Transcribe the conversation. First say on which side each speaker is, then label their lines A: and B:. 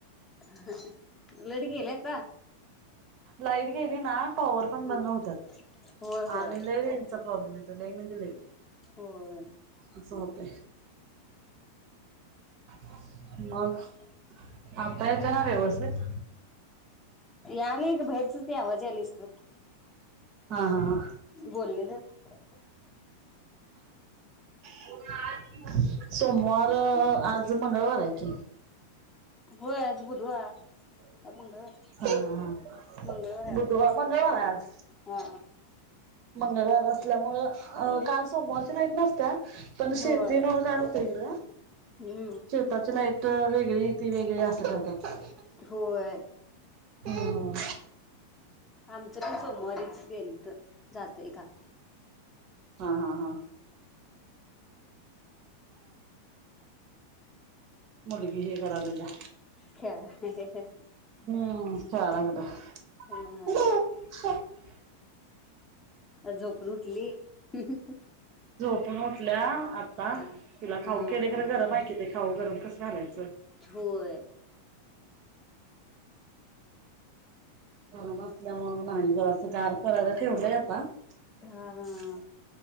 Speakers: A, on the left; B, on the right.
A: ह ह ह लाईट गेल्या का
B: लाईट गेली ना टॉवर पण
A: हम्म.
B: बंद होत्यात
A: होय होय.
B: आणि रेंज चा प्रॉब्लेम आहे लई म्हणजे लई
A: होय
B: अस होत. <unintelligible> मग आता येतं ना व्यवस्थित.
A: यालग बाहेरच ते आवाज आलीस ना
B: हा हा
A: बोललेलं
B: कोण आली मधुनच सोमवार आज आज मंगळवार‌ हाय ऍक्च्युली.
A: होय आज बुधवार का मंगळवार
B: ह हा
A: मंगळवार हाय
B: बुधव
A: वाटतं
B: मंगळवार हाय आज
A: हा
B: मंगळवार असल्यामुळ काल सोमवारची लाईट नसत्या पण शेतीमुल
A: होय.
B: काय होत इगड
A: हम्म
B: शेताची लाईट त वेगळी ती वेगळी असं करतात.
A: होय.
B: हम्म.
A: आमचं पण सोमवारीच गेलंत. जात एका
B: हा हा हा. मुलगी हे करालाल्या
A: खेळाय.
B: हम्म खेळालागलया
A: हा
B: <unintelligible>
A: झोपून उठली <unintelligible>
B: झोपून उठल्या आत्ता
A: हा
B: तिला खाऊ
A: हा
B: केल्या खरं गरम आहे की ते खाऊ गरम कस घालायचं
A: होय.
B: गरम असल्यामुळं नाही जरास गार करायला ठेवलय आता आता
A: हा हा.